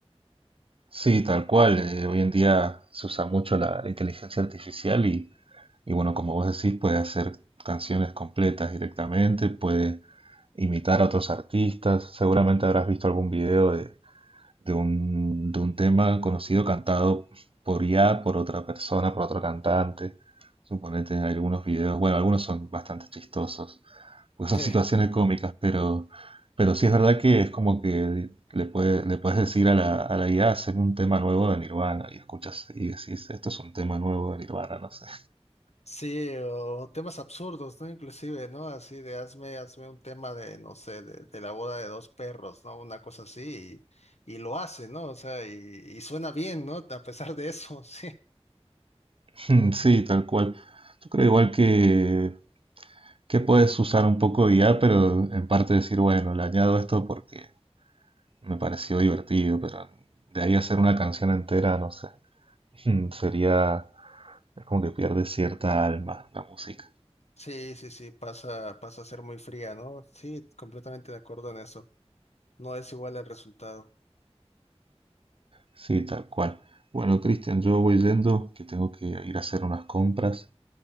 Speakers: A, on the right; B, on the left.
A: Sí, tal cual. eh, hoy en día se usa mucho la, la inteligencia artificial y, y bueno, como vos decís, puede hacer canciones completas directamente, puede imitar a otros artistas. Seguramente habrás visto algún video de, de un, de un tema conocido cantado por IA, por otra persona, por otro cantante. Suponete algunos videos, bueno, algunos son bastante chistosos porque son
B: <laughs>
A: situaciones cómicas, pero, pero sí es verdad que es como que le puede, le puedes decir a la, a la IA, haceme un tema nuevo de Nirvana, y escuchas y decís, esto es un tema nuevo de Nirvana, no sé.
B: Sí, o temas absurdos, ¿no? Inclusive, ¿no? Así de hazme, hazme un tema de, no sé, de, de la boda de dos perros, ¿no? Una cosa así, y, y lo hace, ¿no? O sea, y, y suena bien, ¿no? A pesar de eso, <laughs> sí.
A: <laughs> Sí, tal cual. Yo creo igual que, que puedes usar un poco de IA, pero en parte decir, bueno, le añado esto porque me pareció divertido, pero de ahí hacer una canción entera, no sé, <laughs> sería, es como que pierde cierta alma la música.
B: Sí, sí, sí, pasa, pasa a ser muy fría, ¿no? Sí, completamente de acuerdo en eso. No es igual el resultado.
A: Sí, tal cual. Bueno, Cristian, yo voy yendo, que tengo que ir a hacer unas compras